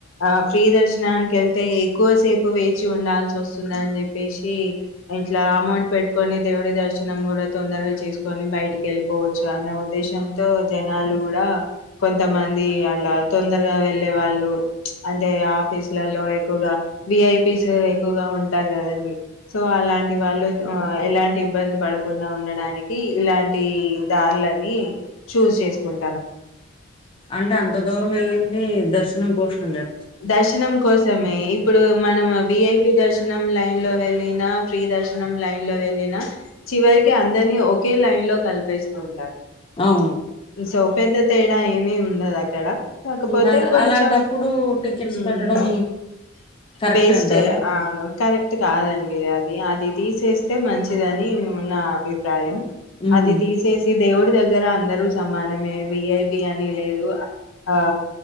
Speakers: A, on the left (about 75°); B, on the left (about 25°).
A: ఆ ఫ్రీ దర్శనానికి వెళ్తే ఎక్కువ సేప్. వేచిఉండాల్స్ స్తుందా అని చెప్పేసి, ఇట్లా అమౌంట్ పెట్టుకొని దేవుడి దర్శనం కూడా తొందరగా చేసుకొని బయటికి వెళ్ళిపోవచ్చు, అన్న ఉద్దేశంతో జనాలు గూడ. కొంతమంది అళ్ళ. తొందరగా వెళ్ళే వాళ్ళు, అంటే ఆఫీస్లలో ఎక్కువగా వి ఐ పిస్. ఎక్కువగా ఉంటారు కదండి. సో అలాంటి వాళ్ళు, ఆ ఎలాంటి ఇబ్బందుల్ పడకుండా ఉండడానికి ఇలాంటి దారులని చూజ్ చేసుకున్.
B: అంటే అంత దూరం వెళ్ళింది దర్శ పోషణంగా
A: దర్శనం కోసమే ఇప్పుడు మనం వీఐపీ దర్శ్ నం లైన్ లో వెళ్ళిన ఫ్రీ దర్శనం లైన్ లో వెళ్ళిన చివరికి అందరిని ఒక కే లైన్ లో కలిపేస్తుంటారు
B: అవును
A: సో పెద్దతే ఇలా టైమే ఉండదు అక్కడ కాకపోతే
B: అలా
A: కొంచెం
B: అలాంటప్పుడు టికెట్స్
A: మ్
B: పెట్టడం కరెక్ట్
A: వేస్ట్
B: అంటారా
A: అవును కరెక్ట్ కాదండి అది అది అది తీసేస్తే మంచిదని నా అభిప్రాయం
B: ఉమ్
A: అది తీసేసి దేవుడి దగ్గర గ్గర అందరు సమానమే విఐపి అని లేదు ఆ